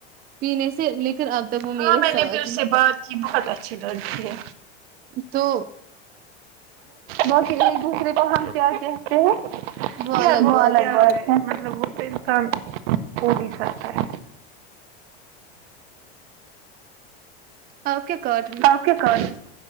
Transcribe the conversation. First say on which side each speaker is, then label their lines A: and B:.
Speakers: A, on the right; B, on the right.
A: پینے سے لے کر اب تک وہ
B: ہاں
A: میرے
B: میں
A: ساتھ
B: نے پھر اس سے بات کی بہت اچھی لڑکی ہے
A: تو
B: باقی ایک دوسرے کو ہم کیا کہتے ہیں
A: وہ
B: کیا
A: الگ
B: <unintelligible> مطلب
A: بات ہے
B: وہ تو انسان ہو نہیں سکتا ہے
A: <unintelligible>
B: آپ کیا کر